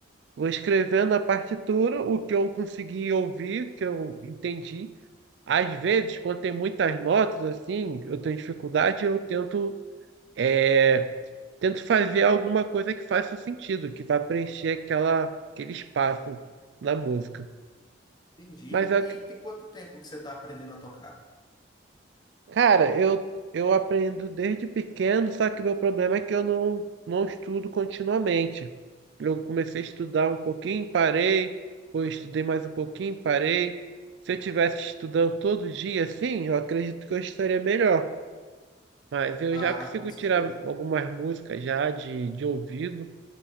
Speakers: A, on the right; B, on the left.
A: vou escrevendo a partitura, o que eu consegui ouvir, que eu entendi. Às vezes, quando tem muitas notas assim, eu tenho dificuldade, eu tento, é, tento fazer alguma coisa que faça sentido, que vá preencher aquela, aquele espaço na música.
B: Entendi.
A: Mas eu
B: E tem quanto tempo que você tá aprendendo a tocar?
A: Cara, eu, eu aprendo desde pequeno, só que meu problema é que eu não, não estudo continuamente. Eu comecei a estudar um pouquinho, parei, depois estudei mais um pouquinho, parei. Se eu tivesse estudando todo dia, assim, eu acredito que eu estaria melhor. Mas eu
B: Ah,
A: já consigo
B: com certeza.
A: tirar algumas músicas já de, de ouvido,